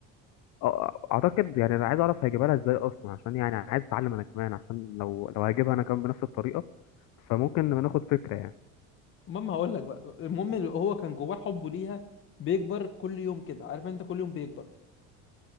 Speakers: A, on the left; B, on the left.
A: أه، اعتقد يعني انا عايز اعرف هيجيبها لها ازاي اصلا عشان يعني عايز اتعلم انا كمان عشان لو لو هجيبها انا كمان بنفس الطريقه فممكن ناخد فكره يعني
B: المهم هقول لك بقى المهم اللي هو كان جواه حبه ليها بيكبر كل يوم كده عارف أنت كل يوم بيكبر